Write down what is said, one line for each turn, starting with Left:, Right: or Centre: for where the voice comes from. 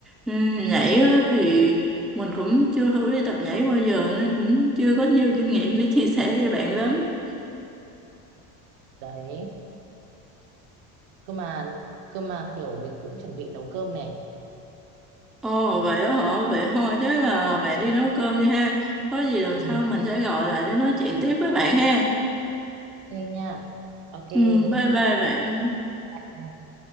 Centre: ừ, nhảy á, thì mình cũng chưa thử đi tập nhảy bao giờ nên cũng chưa có nhiều kinh nghiệm để chia sẻ cho bạn lắm
Right: đấy cơ mà cơ mà kiểu mình cũng chuẩn bị nấu cơm này
Centre: ồ vậy đó hả vậy thôi chắc là bạn đi nấu cơm đi ha có gì lần
Right: Ừ,
Centre: sau mình sẽ gọi lại để nói chuyện tiếp với bạn ha
Right: ok nha ok
Centre: ừ, bye
Right: thank
Centre: bye bạn
Right: you